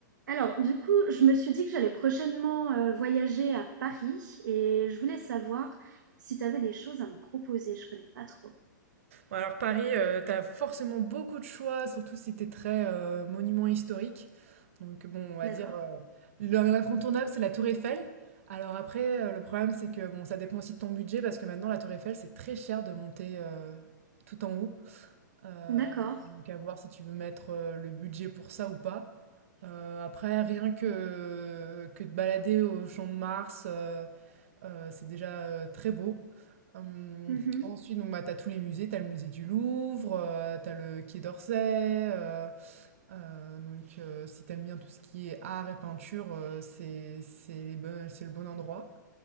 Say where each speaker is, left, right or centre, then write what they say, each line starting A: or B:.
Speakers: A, on the right; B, on the right.
A: Alors, du coup, je me suis dit que j'allais prochainement euh, voyager à Paris et je voulais savoir si tu avais des choses à me proposer. Je connais pas trop.
B: Ouais, Alors Paris, euh, t'as forcément beaucoup de choix, surtout si t'es très euh, monument historique. Donc bon, on va
A: D'accord.
B: dire euh, l'un- l'incontournable, c'est la Tour Eiffel. Alors après, euh, le problème, c'est que bon, ça dépend aussi de ton budget parce que maintenant la Tour Eiffel, c'est très cher de monter euh, tout en haut. Euh,
A: D'accord.
B: donc à voir si tu veux mettre euh, le budget pour ça ou pas. Euh, après, rien que que te balader au Champ de Mars. euh, euh, c'est déjà euh, très beau. Hum,
A: Mhm.
B: ensuite, donc, bah, tu as tous les musées, tu as le musée du Louvre, tu as le Quai d'Orsay. euh, euh, donc, euh, si t'aimes bien tout ce qui est art et peinture, euh, c'est c'est les bon- c'est le bon endroit.